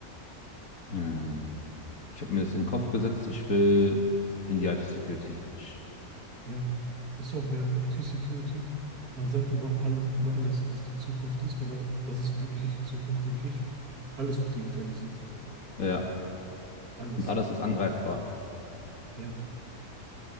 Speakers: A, on the left (about 70°); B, on the right (about 80°).
A: Ähm, ich habe mir das in den Kopf gesetzt. Ich will in die IT-Security. Ich-
B: Ja, ist auch ja IT-Security. Man sagt über alle, über alles, dass es die Zukunft ist, aber das ist wirklich die Zukunft, denke ich. Alles wird digitalisiert.
A: Ja,
B: Alles.
A: und alles ist angreifbar.
B: Ja.